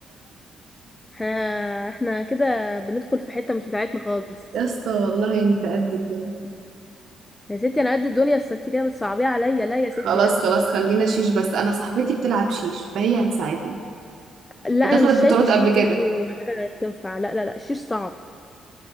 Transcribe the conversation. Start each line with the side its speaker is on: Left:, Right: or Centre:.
Left: احنا احنا كده بندخل في حته مش بتاعتنا خالص
Right: يا اسطى والله انت قد الدنيا
Left: يا ستي انا قد الدنيا بس انت كده بتصعبيها عليا لا يا ستي
Right: خلاص
Left: لا
Right: خلاص خلينا شيش بس انا صاحبتي بتلعب شيش فهي هتساعدني
Left: لا
Right: ودخلت
Left: انا مش
Right: بطولات
Left: شايفه الشيش
Right: قبل كده
Left: برضه حاجه تنفع لا لا لا الشيش صعب